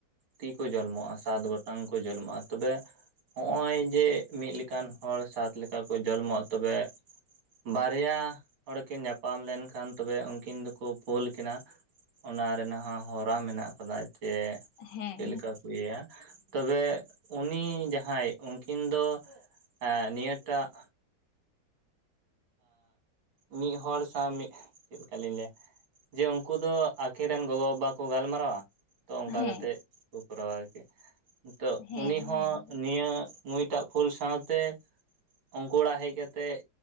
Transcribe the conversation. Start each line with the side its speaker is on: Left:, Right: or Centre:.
Right: ᱛᱤ ᱠᱚ ᱡᱚᱱᱢᱚᱜᱼᱟ ᱥᱟᱛ ᱜᱚᱴᱟᱝ ᱠᱚ ᱡᱚᱱᱢᱚᱜᱼᱟ, ᱛᱚᱵᱮ ᱦᱚᱜᱼᱚᱭ ᱡᱮ ᱢᱤᱫ ᱞᱮᱠᱟᱱ ᱦᱚᱲ ᱥᱟᱛ ᱞᱮᱠᱟ ᱠᱚ ᱡᱚᱱᱢᱚᱜ ᱛᱚᱵᱮ ᱵᱟᱨᱭᱟ ᱦᱚᱲ ᱠᱤᱱ ᱧᱟᱯᱟᱢ ᱞᱮᱱᱠᱷᱟᱱ ᱛᱚᱵᱮ ᱩᱱᱠᱤᱱ ᱫᱚᱠᱚ ᱯᱳᱞ ᱠᱤᱱᱟ᱾ ᱚᱱᱟ ᱨᱮᱱᱟᱜ ᱦᱚᱸ ᱦᱚᱨᱟ ᱢᱮᱱᱟᱜ ᱟᱠᱟᱫᱟ ᱡᱮ
Left: ᱦᱮᱸ
Right: ᱪᱮᱫ ᱞᱮᱠᱟ ᱠᱚ ᱤᱭᱟᱹᱭᱟ, ᱛᱚᱵᱮ ᱩᱱᱤ ᱡᱟᱸᱦᱟᱸᱭ ᱩᱱᱠᱤᱱ ᱫᱚ ᱮ ᱱᱤᱭᱟᱹ ᱴᱟᱜ ᱢᱤᱫ ᱦᱚᱲ ᱥᱟᱶ ᱢᱤᱫ, ᱪᱮᱫ ᱞᱮᱠᱟ ᱞᱤᱧ ᱞᱟᱹᱭᱟ? ᱡᱮ ᱩᱱᱠᱩ ᱫᱚ ᱟᱹᱠᱤᱱ ᱨᱮᱱ ᱜᱚᱜᱚ ᱵᱟᱵᱟ ᱠᱚ ᱜᱟᱞᱢᱟᱨᱟᱣᱟ, ᱛᱚ ᱚᱱᱠᱟ
Left: ᱦᱮᱸ
Right: ᱠᱟᱛᱮᱜ ᱠᱚ ᱠᱚᱨᱟᱣᱟ ᱟᱨᱠᱤ, ᱛᱚ
Left: ᱦᱮᱸ
Right: ᱩᱱᱤ ᱦᱚᱸ
Left: ᱦᱮᱸ ᱦᱮᱸ
Right: ᱱᱤᱭᱟᱹ ᱱᱩᱭᱴᱟᱜ ᱯᱷᱩᱞ ᱥᱟᱶᱛᱮ ᱚᱝᱠᱩ ᱚᱲᱟᱜ ᱦᱮᱡ ᱠᱟᱛᱮᱫ